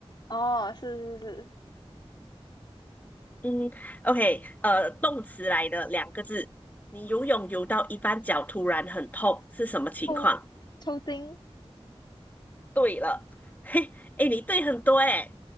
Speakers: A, on the left (about 45°); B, on the left (about 15°).
A: 哦，是是是，
B: 嗯，OK，呃，动词来的两个字，你游泳游到一半脚突然很痛，是什么情况？
A: 抽抽筋，
B: 对了，嘿，哎，你对很多哎、